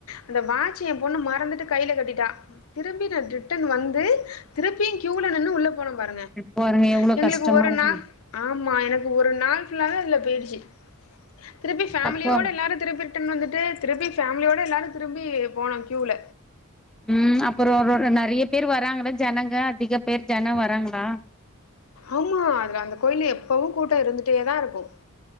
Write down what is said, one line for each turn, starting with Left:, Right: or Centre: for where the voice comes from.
Left: அந்த வாட்சு எ பொண்ணு மறந்துட்டு கையில கட்டிட்டா திரும்பி நா ரிட்டன் வந்து திருப்பியு கியூல நின்னு உள்ள போனே பாருங்க
Centre: பாருங்க எவ்ளோ
Left: எங்களுக்கு
Centre: கஷ்டமா
Left: ஒரு
Centre: இருக்கு
Left: நாள் ஆமா எனக்கு ஒரு நாள் ஃபுல்லாவே அதுல போய்டுச்சு திருப்பி ஃபேமிலியோட
Centre: அப்போ
Left: எல்லாரு திருப்பி ரிட்டன் வந்துட்டு திருப்பி ஃபேமிலியோடு எல்லாரு திரும்பி போனோ கியூல
Centre: ம் அப்பறோ ரோ நெறைய பேர் வராங்களா ஜனங்க அதிக பேர் ஜனோ வராங்களா
Left: ஆமா அதில அந்த கோயில் எப்போவு கூட்ட இருந்துட்டே தா இருக்கு